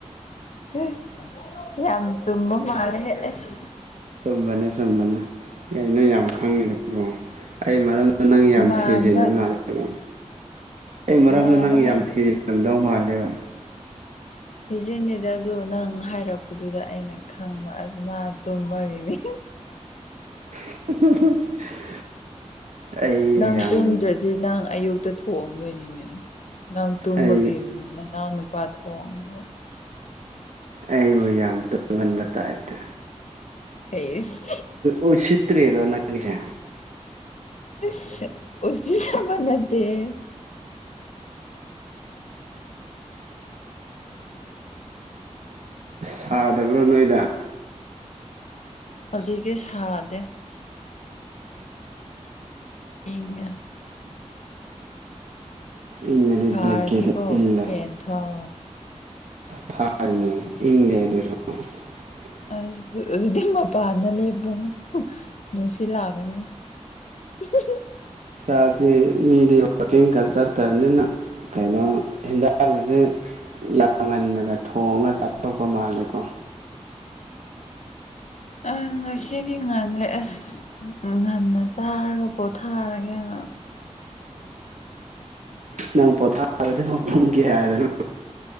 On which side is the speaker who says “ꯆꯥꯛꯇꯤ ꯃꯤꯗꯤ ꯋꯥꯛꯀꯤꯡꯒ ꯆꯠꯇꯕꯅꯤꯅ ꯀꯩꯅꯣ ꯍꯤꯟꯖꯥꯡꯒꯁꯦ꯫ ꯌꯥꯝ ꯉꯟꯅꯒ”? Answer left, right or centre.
Right